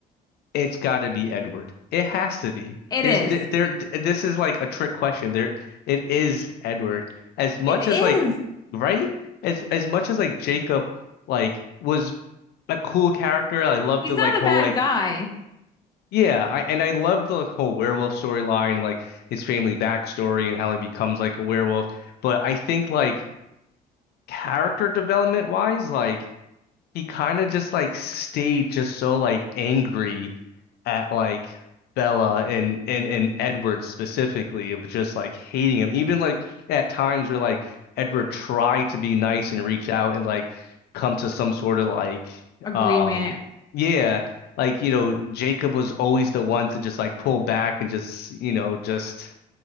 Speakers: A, on the left (about 70°); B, on the left (about 25°).
A: It's got to be Edward. It has to be.
B: It
A: There's
B: is.
A: there, there this is like a trick question. There it is Edward. As much
B: It is.
A: as like right? As as much as like Jacob like was a cool character. I love
B: He's
A: the
B: not
A: like whole
B: a bad
A: like
B: guy.
A: Yeah, I, and I love the like, whole werewolf storyline, like his family backstory and how he becomes like a werewolf. But I think like character development wise, like he kind of just like stayed just so like angry at like Bella and and and Edward specifically of just like hating him. Even like at times where like Edward tried to be nice and reach out and like come to some sort of like
B: Agreement.
A: um yeah like you know Jacob was always the one to just like pull back and just you know just